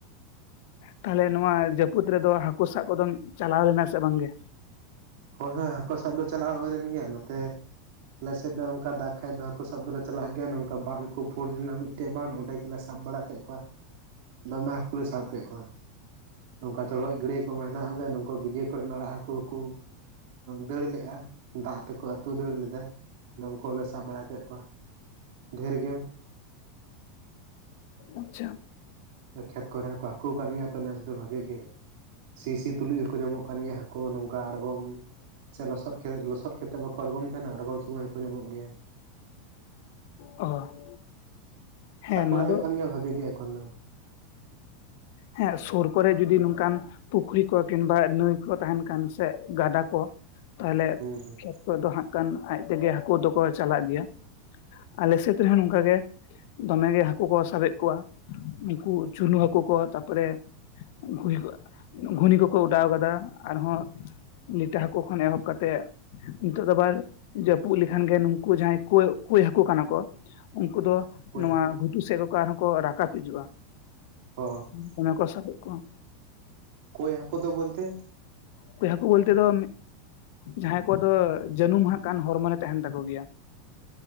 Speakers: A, on the left; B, on the right.
A: ᱛᱟᱦᱚᱞᱮ ᱱᱚᱣᱟ ᱡᱟᱹᱯᱩᱫ ᱨᱮᱫᱚ ᱦᱟᱹᱠᱩ ᱥᱟᱵ ᱠᱚᱫᱚᱢ ᱪᱟᱞᱟᱣ ᱞᱮᱱᱟ ᱥᱮ ᱵᱟᱝᱜᱮ?
B: ᱦᱳᱭ ᱦᱳᱭ ᱦᱟᱹᱠᱩ ᱥᱟᱵ ᱫᱚ ᱪᱟᱞᱟᱣ ᱦᱩᱭᱱ ᱜᱮᱭᱟ᱾ ᱱᱚᱛᱮ ᱟᱞᱮᱥᱮᱫ ᱫᱚ ᱚᱱᱠᱟ ᱫᱟᱜᱽ ᱠᱷᱟᱡ ᱫᱚ ᱦᱟᱹᱠᱩ ᱥᱟᱵ ᱫᱚᱞᱮ ᱪᱟᱞᱟᱜ ᱜᱮᱭᱟ᱾ ᱱᱚᱝᱠᱟ ᱵᱟᱫᱠᱩ ᱯᱷᱩᱲ ᱞᱮᱱᱟ ᱢᱤᱫ ᱢᱤᱫᱴᱮᱡ ᱵᱟᱱᱫ ᱚᱸᱰᱮ ᱜᱮᱞᱮ ᱥᱟᱵ ᱵᱟᱲᱟ ᱠᱮᱫ ᱠᱚᱣᱟ, ᱫᱚᱢᱮ ᱦᱟᱹᱠᱩ ᱞᱮ ᱥᱟᱵ ᱠᱮᱫ ᱠᱚᱣᱟ᱾ ᱱᱚᱝᱠᱟ ᱪᱚᱲᱚᱡᱽ ᱜᱟᱹᱰᱭᱟᱹ ᱠᱚ ᱢᱮᱱᱟᱜ ᱛᱟᱞᱮᱭᱟ ᱱᱚᱝᱠᱩ ᱜᱟᱹᱰᱭᱟᱹ ᱠᱚᱨᱮᱱ ᱟᱲᱟᱜ ᱦᱟᱹᱠᱩ᱾ ᱠᱩ ᱫᱟᱹᱲ ᱞᱮᱜᱼᱟ, ᱫᱟᱜ ᱛᱮᱠᱚ ᱟᱹᱛᱩ ᱫᱟᱹᱲ ᱞᱮᱫᱟ᱾ ᱩᱱᱠᱩ ᱞᱮ ᱥᱟᱵ ᱵᱟᱲᱟ ᱠᱮᱫ ᱠᱚᱣᱟ᱾ ᱰᱷᱮᱨ ᱜᱮᱢ
A: ᱟᱪᱪᱷᱟ
B: ᱠᱷᱮᱛ ᱠᱚᱨᱮ ᱦᱚᱸᱠᱚ ᱦᱟᱹᱠᱩ ᱠᱟᱱ ᱜᱮᱭᱟ ᱛᱚ ᱱᱮᱥ ᱫᱚ ᱵᱷᱟᱜᱤ ᱜᱮ᱾ ᱥᱤ ᱥᱤ ᱛᱩᱞᱩᱡ ᱦᱚᱸᱠᱚ ᱧᱟᱢᱚᱜ ᱠᱟᱱ ᱜᱮᱭᱟ ᱦᱟᱹᱠᱩ ᱱᱚᱝᱠᱟ ᱟᱬᱜᱚᱢ ᱥᱮ ᱞᱚᱥᱚᱫ ᱠᱷᱮᱛ ᱞᱚᱥᱚᱫ ᱠᱷᱮᱛ ᱛᱮᱫ ᱵᱟᱠᱚ ᱟᱲᱜᱚᱢ ᱛᱟᱦᱮᱸᱱᱟ ᱟᱲᱜᱚᱢ ᱥᱳᱢᱚᱭ ᱦᱚᱸᱠᱚ ᱧᱟᱢᱚᱜ ᱜᱮᱭᱟ᱾
A: ᱚ ᱦᱮᱸ
B: ᱥᱟᱵ
A: ᱱᱚᱣᱟ
B: ᱵᱟᱲᱟ ᱦᱩᱭᱩᱜ
A: ᱫᱚ
B: ᱠᱟᱱ ᱜᱮᱭᱟ ᱵᱷᱟᱜᱤ ᱜᱮ ᱮᱠᱷᱚᱱ ᱫᱚ᱾
A: ᱦᱮᱸ ᱥᱩᱨ ᱠᱚᱨᱮ ᱡᱚᱫᱤ ᱱᱚᱝᱠᱟᱱ ᱯᱩᱠᱷᱨᱤ ᱠᱚ ᱠᱤᱢᱵᱟ ᱱᱟᱹᱭ ᱠᱚ ᱛᱟᱦᱮᱸᱱ ᱠᱷᱟᱱ ᱥᱮ ᱜᱟᱰᱟ ᱠᱚ ᱛᱟᱦᱞᱮ
B: ᱦᱩᱸ ᱦᱩᱸ
A: ᱠᱷᱮᱛ ᱠᱚᱫᱚ ᱦᱟᱸᱜ ᱠᱷᱟᱱ ᱟᱡ ᱛᱮᱜᱮ ᱦᱟᱹᱠᱩ ᱫᱚᱠᱚ ᱪᱟᱞᱟᱜ ᱜᱮᱭᱟ᱾ ᱟᱞᱮ ᱥᱮᱫ ᱨᱮᱦᱚᱸ ᱱᱚᱝᱠᱟ ᱜᱮ, ᱫᱚᱢᱮᱜᱮ ᱦᱟᱹᱠᱩ ᱠᱚ ᱥᱟᱵᱮᱫ ᱠᱚᱣᱟ᱾ ᱩᱱᱠᱩ ᱪᱩᱱᱩ ᱦᱟᱠᱩ ᱠᱚ ᱛᱟ ᱯᱚᱨᱮ ᱜᱷᱩᱱᱤ ᱠᱚ ᱜᱷᱩᱱᱤ ᱠᱚᱠᱚ ᱚᱰᱟᱣ ᱠᱟᱫᱟ ᱟᱨᱦᱚᱸ ᱞᱤᱴᱟᱹ ᱦᱟᱹᱠᱩ ᱠᱷᱚᱱ ᱮᱦᱚᱵ ᱠᱟᱛᱮᱜ ᱱᱤᱛᱚᱜ ᱟᱵᱟᱨ ᱡᱟᱹᱯᱩᱫ ᱞᱮᱠᱷᱟᱱ ᱜᱮ ᱱᱩᱠᱩ ᱡᱟᱦᱟᱸᱭ ᱠᱳᱭ ᱠᱳᱭ ᱦᱟᱹᱠᱩ ᱠᱟᱱᱟ ᱠᱚ ᱩᱱᱠᱩ ᱫᱚ
B: ᱚᱠᱚᱭ
A: ᱱᱚᱣᱟ ᱜᱷᱩᱴᱩ ᱥᱮᱫ ᱨᱮᱠᱚ ᱟᱨᱦᱚᱸ ᱠᱚ ᱨᱟᱠᱟᱵ ᱦᱤᱡᱩᱜᱼᱟ᱾
B: ᱦᱚᱸ
A: ᱢᱚᱱᱮ ᱠᱚ ᱥᱟᱵᱮᱫ ᱠᱚᱣᱟ,
B: ᱠᱳᱭ ᱦᱟᱹᱠᱩ ᱫᱚ ᱵᱚᱞᱛᱮ?
A: ᱠᱳᱭ ᱦᱟᱹᱠᱩ ᱵᱚᱞᱛᱮ ᱫᱚ ᱡᱟᱦᱟᱸᱭ ᱠᱚᱣᱟᱜ ᱫᱚ ᱡᱟᱹᱱᱩᱢ ᱦᱟᱸᱜ ᱠᱷᱟᱱ ᱦᱚᱲᱢᱚᱨᱮ ᱛᱟᱦᱮᱸᱱ ᱛᱟᱠᱚ ᱜᱮᱭᱟ᱾